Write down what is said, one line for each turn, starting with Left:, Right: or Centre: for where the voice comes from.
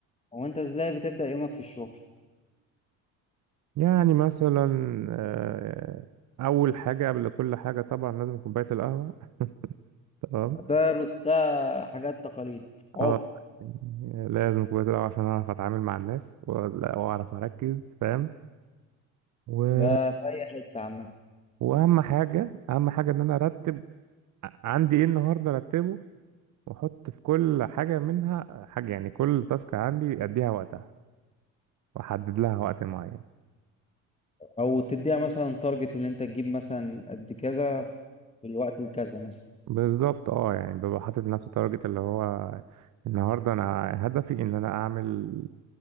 Left: هو انت ازاي بتبدأ يومك في الشغل
Right: يعني مثلا آه، أول حاجة قبل كل حاجة طبعا لازم كوباية القهوة تمام
Left: ده رو- ده حاجات تقاليد عرف
Right: اه يعني لازم كوباية القهوة عشان أعرف أتعامل مع الناس ولا- وأعرف أركز فاهم و...
Left: ده في اي حتة عامة
Right: وأهم حاجة أهم حاجة إن أنا أرتب ع- عندي إيه النهاردة أرتبه وأحط في كل حاجة منها حاجة يعني كل تاسك عندي أديها وقتها وأحدد لها وقت معين
Left: او تديها مثلا تارجت اللي انت تجيب مثلا قد كذا في الوقت الكذا مثلا
Right: بالظبط اه يعني ببقى حاطط لنفسي تارجت اللي هو النهارده انا هدفي ان انا اعمل